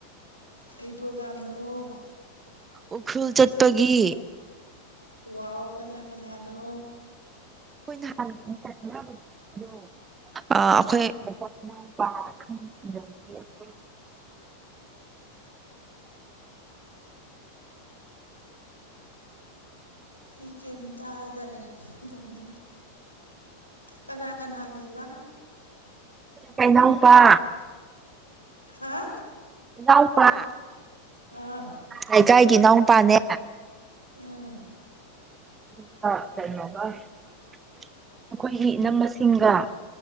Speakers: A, on the left; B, on the right.
A: ꯀꯩ ꯄ꯭ꯔꯣꯒꯥꯝꯅꯣ
B: ꯎꯈ꯭ꯔꯨꯜ ꯆꯠꯄꯒꯤ
A: ꯋꯥꯎ ꯀꯅꯥ ꯀꯅꯥꯅꯣ
B: ꯑꯩꯈꯥꯟ ꯑꯩꯈꯣꯏ ꯄꯥꯔ ꯂꯩ
A: ꯑꯩ ꯀꯔꯤꯝ ꯇꯥꯗꯔꯦ ꯇꯧꯅꯤꯡꯦ ꯀꯅꯥ ꯀꯅꯥꯅꯦꯕ
B: ꯀꯩꯅꯥꯎꯕ
A: ꯍꯥ
B: ꯂꯎꯄꯥ
A: ꯑꯥ
B: ꯂꯩꯀꯥꯏꯒꯤ ꯏꯅꯥꯎ ꯅꯨꯄꯥꯅꯦ
A: ꯎꯝ
B: ꯀꯣꯕ ꯑꯩꯈꯣꯏꯒꯤ ꯏꯅꯝꯃꯁꯤꯡꯒ